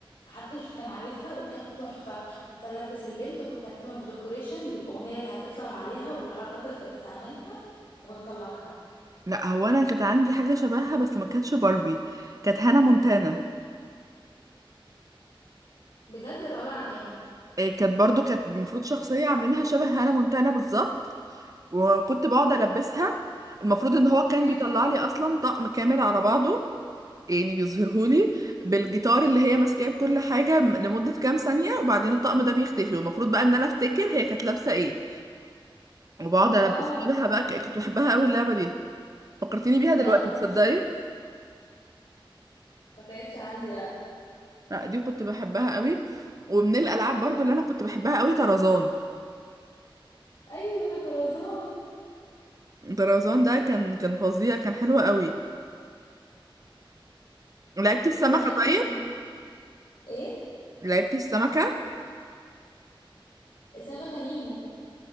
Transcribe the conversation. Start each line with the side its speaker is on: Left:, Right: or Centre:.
Left: محدش كان عارفها وكانت تحفة كنت ألبس البنت وكنت أهتم بالديكوريشن بالأغنية اللي هتطلع عليها وبالحركات اللي كانت هتعملها وكنت أطلعها
Right: لا هو انا كانت عندي حاجه شبهها بس ما كانتش باربي كانت هانا مونتانا
Left: بجد كانت عبارة عن ايه
Right: إيه، كانت برضو كانت المفروض شخصيه عاملينها شبه هانا مونتانا بالظبط وكنت بقعد البسها المفروض ان هو كان
Left: مم.
Right: بيطلع لي اصلا طقم كامل على بعضه يعني بيظهرهولي بالجيتار اللي هي ماسكاه بكل حاجة م- لمدة كام ثانية وبعدين الطقم ده بيختفي والمفروض بقى ان انا افتكر هي كانت لابسة ايه وبقعد
Left: اه
Right: البس لها بقى ك- كنت بحبها قوي اللعبة دي فكرتيني بيها
Left: لا
Right: دلوقتي
Left: ما كانتش
Right: تصدقي
Left: عندي ما كانتش عندي لا
Right: لا دي كنت بحبها قوي ومن الالعاب برضو اللي انا كنت بحبها قوي طرزان
Left: ايوه طرزان
Right: طرزان ده كان كان فظيع كان حلو قوي لعبتي السمكة
Left: وكمان كان
Right: طيب
Left: ايه
Right: لعبتي السمكة
Left: سمكة نيمو